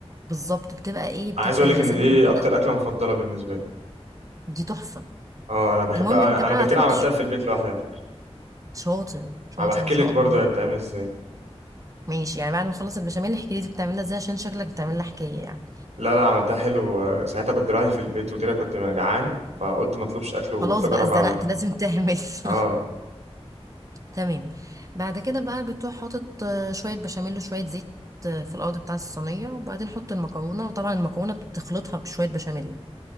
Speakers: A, on the right; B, on the right.
A: بالظبط بتبقى ايه بتبقى
B: انا عايز اقول لك ان
A: سايبه
B: دي
A: كده
B: اكتر اكله مفضله بالنسبه لي
A: دي تحفه
B: اه انا بحبها
A: المهم انت
B: انا
A: بقى
B: انا قبل كده
A: هتحط
B: عملتها
A: ش...
B: في البيت لوحدي على فكره
A: شاطر شاطر
B: هبقى احكي
A: ما شاء
B: لك برضه
A: الله
B: هي بتتعمل ازاي
A: ماشي يعني بعد ما نخلص البشاميل احكي لي دي بتعملها ازاي عشان شكلك بتعملها حكايه يعني
B: لا لا عملتها حلو آه، ساعتها كنت لوحدي في البيت وكده كنت جعان فقلت ما اطلبش اكل
A: خلاص
B: وقلت اجرب
A: بقى اتزنقت
B: اعملها
A: لازم تعمل
B: اه
A: <laughs> تمام بعد كده بقى بتروح حاطط آه، شوية بشاميل وشوية زيت آه، في الأرض بتاعة الصينية وبعدين حط المكرونة وطبعا المكرونة بتخلطها بشوية بشاميل